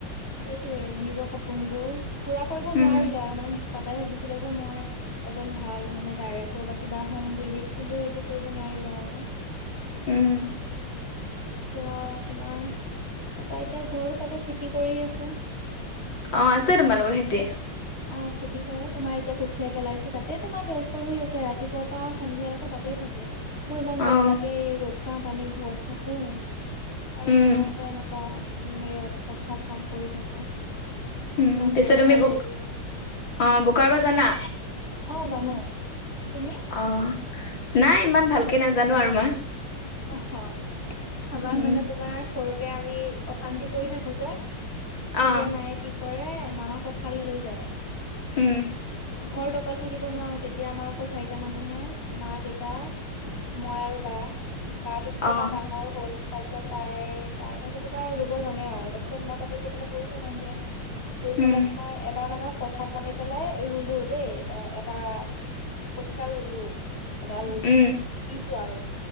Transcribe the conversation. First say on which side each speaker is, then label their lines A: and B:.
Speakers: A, on the left; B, on the left.
A: সেইটোয়ে নিজৰ সপোনবোৰ পুৰা কৰিব
B: উম,
A: নোৱাৰিলে আৰু মানে বাপাই ভাবিছিলে যে মই এজন ভাল মানে ডাইৰেক্টৰ বা কিবা হম বুলি কিন্তু সেইটো কৰিব নোৱাৰিলে আৰু
B: উম,
A: এতিয়া তোমাৰ তাৰাপা এতিয়া ঘৰতো তাকে খেতি কৰি আছে
B: অঁ আছে তোমালোকৰ সেতি
A: অ খেতি কৰে তোমাৰ এতিয়া কঠিয়াই পেলাইছে তাতে তোমাৰ ব্যস্ত হৈ আছে ৰাতিপুৱা পৰাা সন্ধিয়ালৈকে তাতেই থাকে মোৰ ইমান
B: অ',
A: বেয়া লাগে এই ৰ'দ খত আমি ঘৰত থাকো আৰু
B: উম,
A: পাপাহতে এনেকুৱাে পথাৰত কাম কৰি থাকে
B: উ
A: ইমান
B: পিছে
A: ৰ'দ
B: তুমি
A: হয়
B: বু
A: যদিও
B: অ বোকাৰ পৰা জানা
A: অ জানো তুমি
B: অ, নাই ইমান ভালকে নাজানো আৰু মই।
A: অ, আমাৰ
B: উম,
A: মানে তোমাৰ সৰুতে আমি অশান্তি কৰি থাকো যোই তেতিয়া
B: অ',
A: মায়েক কি কৰে মামাক কথাল লৈ যায়।
B: উম।
A: ঘৰ দকল থাকিব নোৱাৰো তেতিয়া আমাৰ অকল চাৰিটা মানুহে মা, দেউতা মই আৰু বা-বাটো তোমাৰ
B: অ',
A: ডাঙৰ হ'ল। তাৰ পিছত তাই তাৰ পৰা যেনিবা ল'ব জানে আৰু তাৰ পিছত মই তাতে গৈ পেলাই বহি থাকোংগে। শুই
B: উম,
A: পেলাই তোমাৰ এবাৰ মানে পথাৰত নামি পেলাই ৰুলো দেই এ, এটা কঠীয়া ৰুলো এডাল মানে
B: উম,
A: কিছো আৰু